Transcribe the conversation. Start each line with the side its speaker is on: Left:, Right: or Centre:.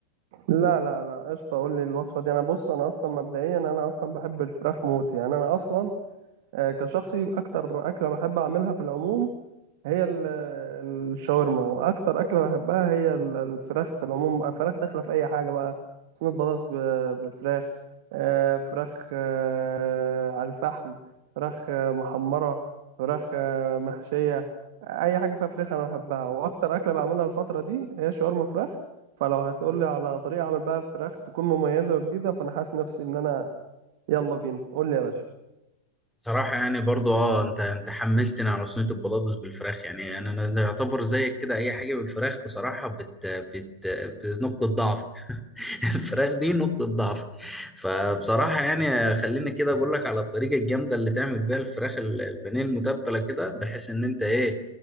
Right: لا لا لا قشطة قول لي الوصفة دي انا بص انا اصلا مبدئيا انا اصلا بحب الفراخ موت يعني انا اصلا آه، كشخصي اكتر اكلة بحب اعملها في العموم هي ال- الشاورما واكتر اكله بحبها هي ال- الفراخ في العموم الفراخ داخله في اي حاجه بقى صينيه بطاطس ب- بالفراخ آه، فراخ آه، على الفحم فراخ آه، محمره فراخ آه، محشيه اي حاجه فيها فراخ انا بحبها واكتر اكله بعملها الفتره دي هي شاورما فراخ فلو هتقولي على طريقه اعمل بقى الفراخ تكون مميزه وجديده فانا حاسس نفسي ان انا يلا بينا قول لي يا باشا
Centre: صراحة يعني برضو اه انت انت حمستني على صينية البطاطس بالفراخ يعني انا انا يعتبر زيك كده اي حاجة بالفراخ بصراحة بت بت بنقطة ضعف <laughs> الفراخ دي نقطة ضعف فبصراحة يعني خليني كده أقول لك على الطريقة الجامدة اللي تعمل بيها الفراخ ال- البانيه المتبلة كده بحيث إن أنت إيه